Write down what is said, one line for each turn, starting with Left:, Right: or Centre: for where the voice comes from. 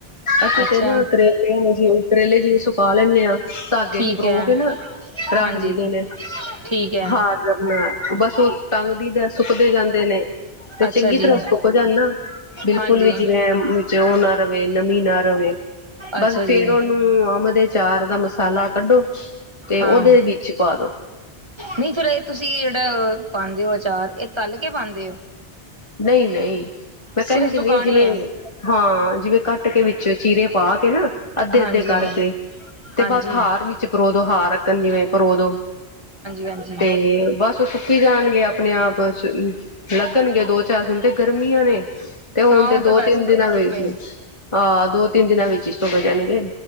Left: ਅਸੀਂ
Right: ਅੱਛਾ
Left: ਤੇ ਨਾ ਕਰੇਲੇ ਜਿਵੇਂ ਕਰੇਲੇ ਜਿਵੇਂ ਸੁਕਾ ਲੈਂਦੇ ਆਂ ਧਾਗੇ
Right: ਠੀਕ
Left: ਚ ਪਰੋ
Right: ਹੈ
Left: ਕੇ ਨਾ ਕਰਾਹ
Right: ਹਾਂਜੀ
Left: ਲੀ ਦੋ ਲੇ
Right: ਠੀਕ ਹੈ
Left: ਹਾਰ ਜੇਆ ਬਨਾਯਾ। ਬਸ ਉਹ ਟੰਗਦੀ ਦਾ ਸੁੱਕਦੇ ਜਾਂਦੇ ਨੇ। ਤੇ
Right: ਅੱਛਾ
Left: ਚੰਗੀ
Right: ਜੀ
Left: ਤਰ੍ਹਾਂ ਸੋ ਜਾਨਾ ਬਿਲਕੁਲ
Right: ਹਾਂਜੀ
Left: ਵੀ ਜਿਵੇਂ ਵਿੱਚ ਉਹ ਨਾ ਰਵੇ, ਨਮੀ ਨਾ ਰਵੇ। ਬਸ
Right: ਅੱਛਾ
Left: ਫੇਰ
Right: ਜੀ
Left: ਉਹਨੂੰ ਅਮ ਦੇ ਚਾਰ ਦਾ ਮਸਾਲਾ ਕੱਢੋ ਤੇ
Right: ਹਾਂ
Left: ਉਹਦੇ ਵਿੱਚ ਪਾਲੋ।
Right: ਨਹੀਂ ਫੇਰ ਇਹ ਤੁਸੀਂ ਜਿਹੜਾ ਪਾਂਦੇ ਹੋ ਅਚਾਰ, ਇਹ ਤਲ ਕੇ ਪਾਂਦੇ ਹੋ?
Left: ਨਹੀਂ ਨਹੀਂ ਮੈਂ
Right: ਸਿਰਫ
Left: ਕਹਿੰਦੀ ਤੇ
Right: ਦੁਕਾਨੇ
Left: ਪਈ ਜਿਵੇਂ
Right: ਹੈ
Left: ਹਾਂ ਜਿਵੇਂ ਕੱਟ ਕੇ ਵਿੱਚ ਚੀਰੇ ਪਾ ਕੇ ਨਾ, ਅੱਧੇ
Right: ਹਾਂਜੀ
Left: ਅੱਧੇ ਕਰਕੇ ਤੇ
Right: ਹਾਂਜੀ
Left: ਬਸ ਹਾਰ
Right: ਹਾਂਜੀ
Left: ਵਿੱਚ ਪਰੋ ਦੋ। ਹਾਰ ਆਕਣ ਜਿਵੇਂ ਪਰੋ ਦੋ
Right: ਹਾਂਜੀ ਹਾਂਜੀ
Left: ਤੇ ਬਸ। ਸੁੱਕੀ ਜਾਣਗੇ ਆਪਣੇ ਆਪ ਲੱਗਣਗੇ ਦੋ ਚਾਰ ਦਿਨ ਤੇ ਗਰਮੀਆਂ ਨੇ ਤੇ ਹੁਣ
Right: ਹਾਂ
Left: ਤੇ
Right: ਉਹ ਤਾਂ
Left: ਦੋ
Right: ਵੈਸੇ
Left: ਤਿੰਨ
Right: ਬੜੀ
Left: ਦਿਨਾਂ ਵਿੱਚ,
Right: ਧੁੱਪ ਹੈ
Left: ਆਹ ਦੋ ਤਿੰਨ ਦਿਨਾਂ ਵਿੱਚ ਹੀ ਸੁੱਕ ਜਾਣਗੇ।